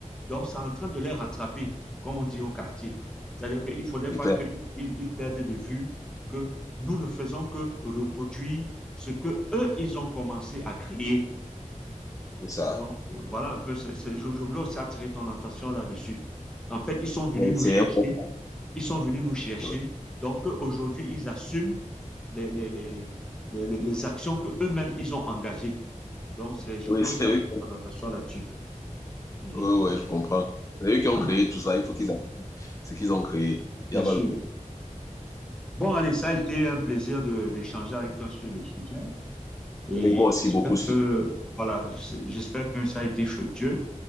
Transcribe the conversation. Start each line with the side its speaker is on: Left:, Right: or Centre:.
Centre: donc c'est en train de les rattraper, comme on dit au quartier. C'est-à-dire qu'il ne faudrait
Left: C'est
Centre: pas
Left: clair,
Centre: qu'ils ils perdent de vue que nous ne faisons que reproduire ce que eux, ils ont commencé à créer.
Left: c'est ça.
Centre: Donc, euh, voilà un peu, c'est- c'est- je, je voulais aussi attirer ton attention là-dessus. En fait, ils sont venus
Left: Oui,
Centre: nous
Left: C'est
Centre: chercher.
Left: un bon.
Centre: Ils sont venus nous chercher.
Left: Oui,
Centre: Donc, euh, aujourd'hui, ils assument les, les, les, les, les, les- les actions qu'eux-mêmes, ils ont engagées. Donc, c'est, je
Left: oui
Centre: voulais
Left: c'est
Centre: aussi attirer
Left: eux. qui
Centre: ton attention là-dessus. Mhm.
Left: Oui, oui, je comprends. C'est eux qui ont
Centre: Ouais,
Left: créé tout ça. Il faut qu'ils en... C'est qu'ils ont créé. Il
Centre: bien
Left: y avait
Centre: sûr.
Left: le problème.
Centre: Bon, allez, ça a été un plaisir de, d'échanger avec toi sur le sujet. Et j'espère
Left: Moi aussi, beaucoup. sur-
Centre: que, voilà, j'espère que ça a été fructueux